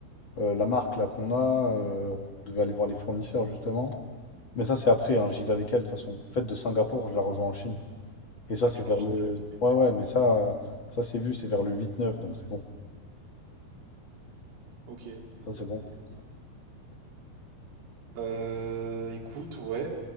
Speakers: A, on the left (about 40°); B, on the right (about 65°).
A: euh, la marque, là, qu'on a. euh, on devait aller voir les fournisseurs, justement. Mais ça, c'est après, hein, J'y vais avec elle, de toute façon. En fait, de Singapour, je la rejoins en Chine. Et ça,
B: Ah,
A: c'est
B: tu vas
A: vers
B: enchaîner
A: le.
B: direct, ok.
A: Ouais, ouais, mais ça, euh, ça c'est vu, c'est vers le 8-9, donc c'est bon.
B: Ok, bon
A: Ça, c'est
B: bah
A: bon.
B: c'est ça. va. Euh, écoute, ouais.